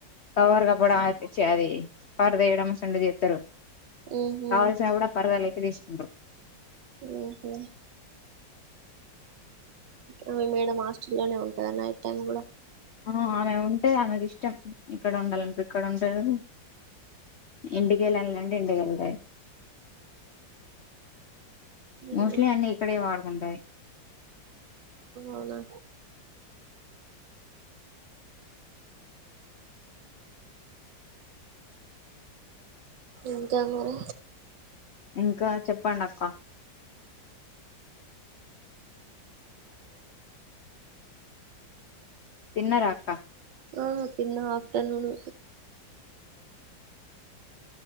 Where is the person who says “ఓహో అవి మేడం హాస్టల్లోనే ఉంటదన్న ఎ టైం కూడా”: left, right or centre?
Right